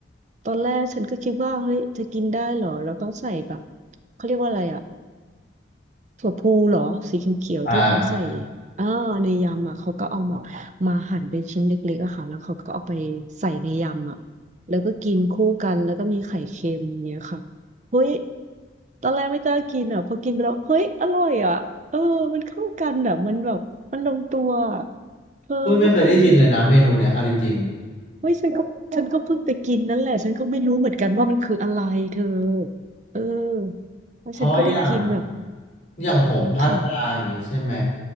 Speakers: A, on the right; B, on the left.
A: ตอนแรกฉันก็คิดว่าเฮ้ยจะกินได้เหรอ แล้วก็ใส่แบบเขาเรียกว่าอะไรอ่ะ ถั่วพูเหรอสีเขียวๆที่เขาใส่
B: อ่า
A: อ่าในยำอ่ะเขาก็เอามามาหั่นเป็นชิ้นเล็กๆอะค่ะแล้วเขาก็เอาไปใส่ในยำอ่ะแล้วก็กินคู่กันแล้วก็มีไข่เค็มเนี้ยค่ะเฮ้ยตอนแรกไม่กล้ากินอ่ะพอกินไปแล้วเฮ้ยอร่อยอ่ะเออมันเข้ากันอ่ะมันแบบมันลงตัวอะเธอถ้าไปคือต้อง
B: ก็ไม่เคยได้ยินเลยนะเมนูเนี้ยเอาจริง
A: เฮ้ยฉันก็ฉันก็เพิ่งไปกินนั่นแหละฉันก็ไม่รู้เหมือนกันว่ามันคืออะไรเธอเออ
B: ๆเพราะอย่าง
A: แล้วฉันก็ได้กินแบบ
B: อย่างผมภาคกลางอย่างนี้ใช่ไหม
A: ค่ะ